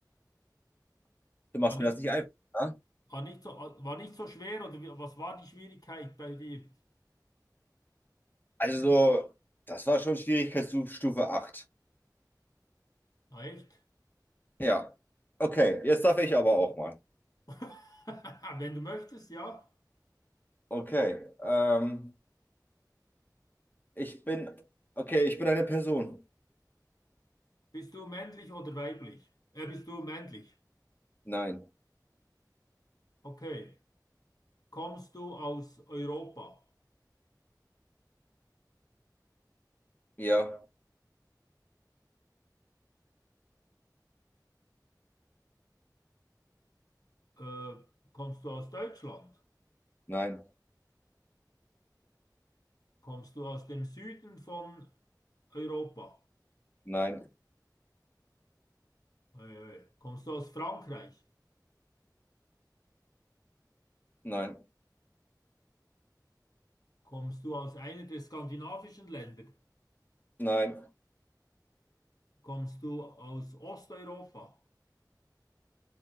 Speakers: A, on the left; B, on the left.
A: Du
B: War
A: machst
B: nicht,
A: mir das nicht einfach. Ne?
B: war nicht so, war nicht so schwer oder wie, was war die Schwierigkeit bei dir?
A: Also, das war schon Schwierigkeitsstufe 8.
B: Na echt?
A: Ja. Okay, jetzt darf ich aber auch mal.
B: <laughs> Wenn du möchtest, ja.
A: Okay. Ähm, ich bin. Okay, ich bin eine Person.
B: Bist du männlich oder weiblich? Äh, bist du männlich?
A: Nein.
B: Okay. Kommst du aus Europa?
A: Ja.
B: Äh, kommst du aus Deutschland?
A: Nein.
B: Kommst du aus dem Süden von Europa?
A: Nein.
B: Ei, ei. Kommst du aus Frankreich?
A: Nein.
B: Kommst du aus einer der skandinavischen Länder?
A: Nein,
B: Kommst du aus Osteuropa?